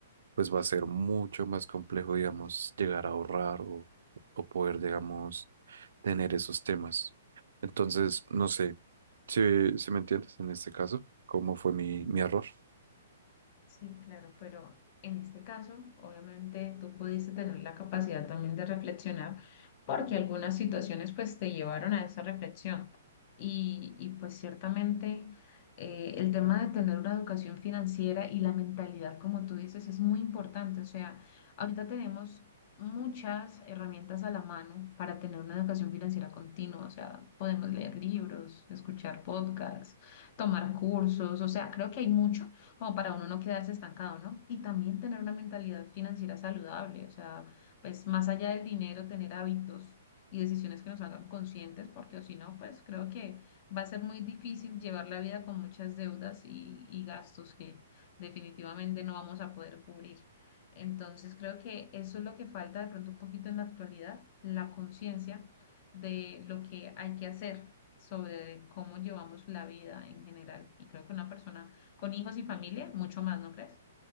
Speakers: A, on the right; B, on the left.
A: pues va a ser mucho más complejo, digamos, llegar a ahorrar o, o poder, digamos, tener esos temas. Entonces, no sé, si, si me entiendes en este caso, ¿cómo fue mi, mi error?
B: Sí, claro, pero en este caso, obviamente, tú pudiste tener la capacidad también de reflexionar, porque algunas situaciones pues te llevaron a esa reflexión. Y, y, pues ciertamente eh, el tema de tener una educación financiera y la mentalidad, como tú dices, es muy importante. O sea, ahorita tenemos muchas herramientas a la mano para tener una educación financiera continua. O sea, podemos leer libros, escuchar podcasts, tomar cursos. O sea, creo que hay mucho como para uno no quedarse estancado, ¿no? Y también tener una mentalidad financiera saludable, o sea, pues más allá del dinero, tener hábitos y decisiones que nos hagan conscientes, porque o si no, pues creo que va a ser muy difícil llevar la vida con muchas deudas y, y gastos que definitivamente no vamos a poder cubrir. Entonces creo que eso es lo que falta de pronto un poquito en la actualidad, la conciencia de lo que hay que hacer sobre cómo llevamos la vida en general. Y creo que una persona con hijos y familia, mucho más, ¿no crees?